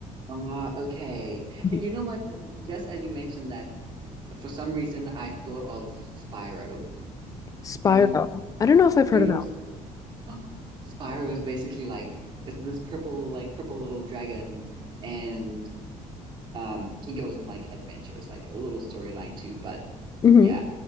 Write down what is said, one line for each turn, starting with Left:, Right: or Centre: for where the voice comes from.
Right: Ah, okay.
Left: Mhm.
Right: And you know what? Just as you mentioned that, for some reason I thought of Spyro.
Left: Spyro.
Right: Have you
Left: I don't know if I've
Right: you
Left: heard
Right: know
Left: of that.
Right: <gasps> Spyro is basically like it's this purple like purple little dragon and um he goes on like adventures, like a little storyline too. But
Left: hmm
Right: yeah.